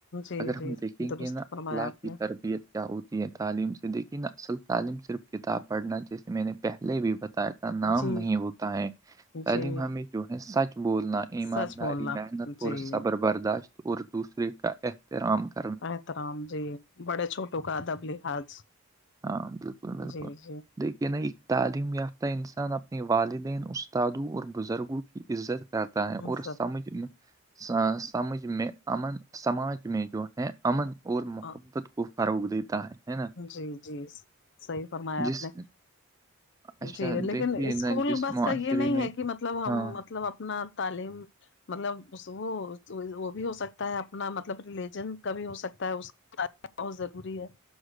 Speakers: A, on the left; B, on the right.
A: جی
B: اگر ہم
A: جی
B: دیکھیں
A: درست
B: گے نا
A: فرمایا
B: الا
A: آپ
B: کی
A: نے
B: تربیت کیا ہوتی ہے تعلیم سے دیکھیے نا اصل تعلیم صرف کتاب پڑھنا جیسے میں نے پہلے بھی بتا کا نام
A: جی
B: نہیں ہوتا ہے تعلیم
A: جی
B: ہمیں جو ہے سچ بولنا ایمانداری
A: سچ بولنا
B: محنت اور
A: جی
B: صبر برداشت اور دوسرے کا احترام کر
A: احترام جی بڑے چھوٹوں کا ادب لحاظ
B: ہاں بالکل بالکل
A: جی جی
B: دیکھی نا ایک تعلیم یافتہ انسان اپنے والدین استادوں اور بزرگوں کی عزت کرتا ہے
A: ان
B: اور
A: سب
B: سمج میں سمجھ میں امن سماج میں جو ہے امن اور محبت
A: ہاں
B: فروغ دیتا ہے نا
A: جی جی صحیح فرمایا
B: جس
A: آپ نے
B: اچھا
A: جی لیکن
B: دیکھیے
A: اسکول
B: نا جس
A: بس
B: معاشرے
A: کا یہ نہیں
B: میں
A: ہے کہ مطلب
B: ہاں
A: ہم مطلب اپنا تعلیم مطلب وہ وہ بھی ہو سکتا ہے اپنا مطلب ریلیجن کا بھی ہو سکتا ہے بہت ضروری ہے